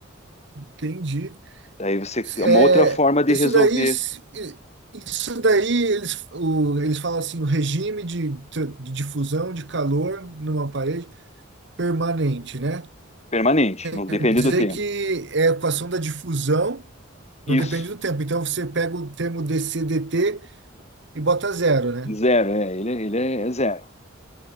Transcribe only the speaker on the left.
Daí você é
uma outra forma de
resolver
permanente, não
depende
do tempo.
Isso,
zero, é, ele, ele é zero.